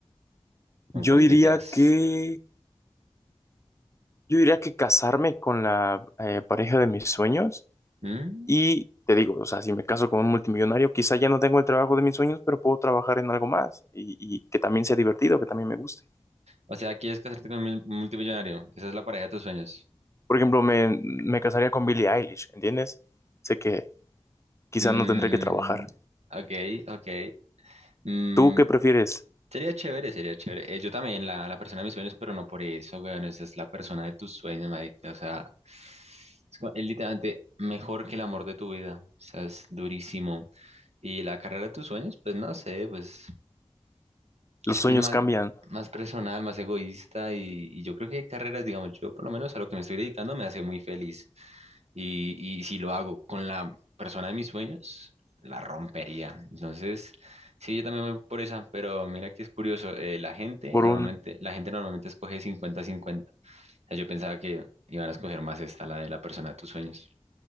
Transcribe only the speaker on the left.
yo
diría
que, yo diría que casarme con la eh, pareja de mis sueños.
Y te digo, o sea, si me caso con un multimillonario, quizá ya no tengo el trabajo de mis sueños, pero puedo trabajar en algo más y, y que también sea divertido, que también me guste.
Por ejemplo, me, me casaría con Billie Eilish, ¿entiendes? Sé que quizá
no tendré que trabajar.
¿Tú qué prefieres?
Los
sueños
cambian
por
un...